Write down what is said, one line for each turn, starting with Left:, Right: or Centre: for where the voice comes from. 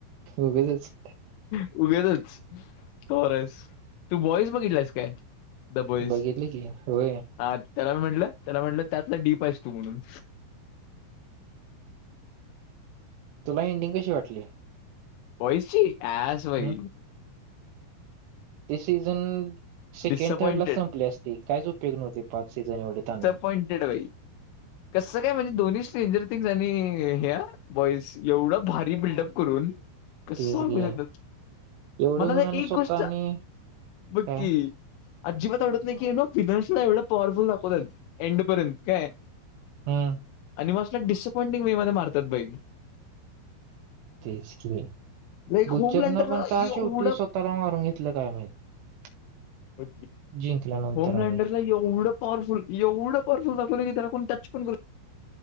Right: उगचच
Left: उगचच तू बरा आहेस तू बॉईस बघितलास काय द बॉईज
Right: बघितली की व
Left: हा त्याला मी म्हटलं त्याला म्हटलं त्यातला डीप आहे तू म्हणून
Right: तुला एनडिंग कशी वाटली
Left: वयची आश वई
Right: हम्म ते सीझन सेकंड
Left: डिसअपॉइंटेड
Right: थर्ड ला संपले असते काहीच उपयोग नव्हते पाच सीझन एवढे त
Left: पॉइंटेड बाई कसं काय म्हणजे दोन्ही स्ट्रेंजर थिंग् आणि ह्या वॉईस एवढं भारी बिल्डअप करून कस
Right: तेच
Left: सांगू
Right: घे
Left: शक
Right: एवढं
Left: मला
Right: होऊन आणि
Left: एक
Right: स्वतः
Left: गोष्ट
Right: आणि
Left: ब
Right: काय
Left: कि अजिबात आवडत नाही की न विनर्श ना एवढं पॉवरफुल दाखवतात एंडपर्यंत काय
Right: हम
Left: आणि मस्ला डिअपॉइंटिंग वे मारतात बई
Right: तेच कि
Left: लाईक
Right: बुचरनं
Left: होम लँडरला
Right: पण का
Left: एवढं
Right: शेवटी स्वतःला मारून घेतलं काय माहित
Left: ओ
Right: जिंकल्यानंतर
Left: होम लँंडरला
Right: आणि
Left: एवढं पॉवरफुल एवढं पॉवरफुल जातवलं की त्याला को टच पण करू